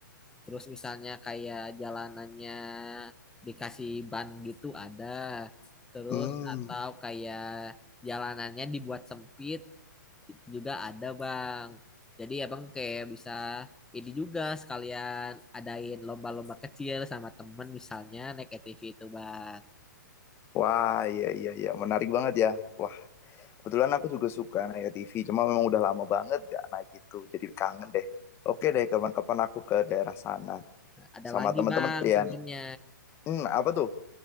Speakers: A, in the centre; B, on the left.
A: Terus misalnya kayak jalanannya dikasih ban gitu ada. Terus
B: Hmm,
A: atau kayak jalanannya dibuat sempit itu juga ada bang jadi abang kayak bisa ini juga sekalian adain lomba-lomba kecil sama temen misalnya naik ATV itu bang
B: Wah, iya iya iya, menarik banget ya. Wah, kebetulan aku juga suka Naya TV, cuma memang udah lama banget gak naik itu, jadi kangen deh. Oke deh, kapan-kapan aku ke daerah sana
A: ada
B: sama
A: lagi
B: teman-teman
A: bang
B: kalian.
A: sebenarnya
B: Hmm, apa tuh?